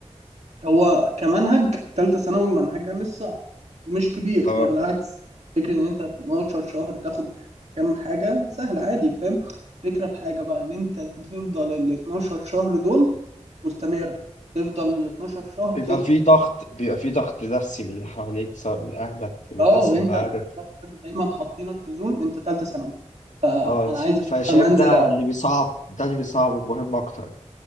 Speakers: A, on the right (about 65°); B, on the left (about 80°).
A: هو كمنهج تالتة ثانوي منهجها مش صعب ومش كبير
B: آه
A: هي بالعكس فكرة إن أنت 12 شهر تاخد كام حاجة سهل عادي فاهم فكرة في حاجة بقى إن أنت تفضل ال 12 شهر دول مستمر تفضل ال 12 شهر
B: بيبقى
A: كده
B: في ضغط بيبقى في ضغط نفسي من اللي حواليك سواء من أهلك من
A: أه
B: الناس اللي
A: أنت
B: معاك
A: الأول مثلاً دايما حاطينك في زون أنت تالتة ثانوي أنا
B: اه
A: عايز
B: فشايف
A: أفهم أنزل
B: ده اللي بيصعب ده اللي بيصعب المهم أكتر